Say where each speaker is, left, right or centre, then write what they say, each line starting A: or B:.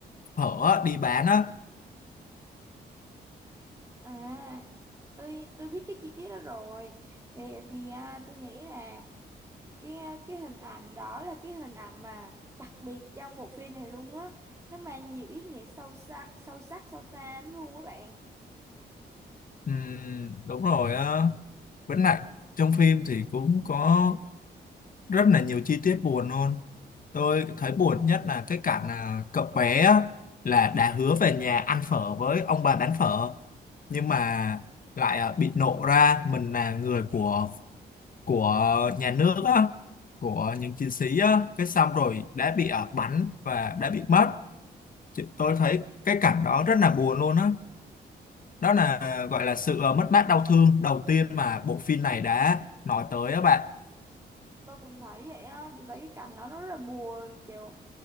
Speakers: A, on the left; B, on the right.
A: phở á, đi bán á
B: à tôi tôi biết cái chi tiết đó rồi tại vì à, tôi nghĩ là cái à, cái hình ảnh đó là cái hình ảnh mà đặc biệt trong bộ phim này luôn á nó mang nhiều ý nghĩa sâu sắc sâu sắc sâu xa lắm luôn á bạn
A: Ừm, đúng rồi á. với lại trong phim thì cũng có rất là nhiều chi tiết buồn luôn tôi thấy buồn nhất là cái cảnh là cậu bé á, là đã hứa về nhà ăn phở với ông bà bán phở nhưng mà lại à, bị nộ ra mình là người của của nhà nước á của những chiến sĩ á cái xong rồi đã bị à, bắn và đã bị mất Chị- tôi thấy cái cảnh đó rất là buồn luôn á đó là à, gọi là sự à, mất mát đau thương đầu tiên mà bộ phim này đã nói tới á bạn
B: tôi cũng thấy vậy á tôi thấy cái cảnh đó nó rất là buồn kiểu